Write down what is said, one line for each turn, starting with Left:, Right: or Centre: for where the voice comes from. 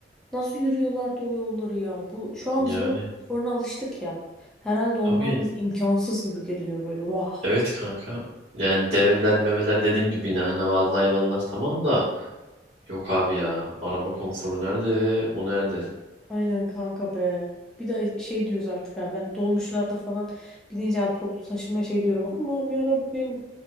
Centre: Nasıl yürüyorlardı o yolları ya? Bu şu an
Right: Yani
Centre: biz bunun konforuna alıştık ya. Herhalde ondan
Right: tabii.
Centre: bize imkansız gibi geliyor böyle. Vah.
Right: Evet kanka. Yani develer meveler dediğim gibi yine hani bazı hayvanlar tamam da yok abi ya. Araba konforu nerede? O nerede?
Centre: Aynen kanka be. Bir de şey diyoruz artık ha ben dolmuşlarda falan binince abi toplu taşıma şey diyorum. Allah'ım ya Rabbim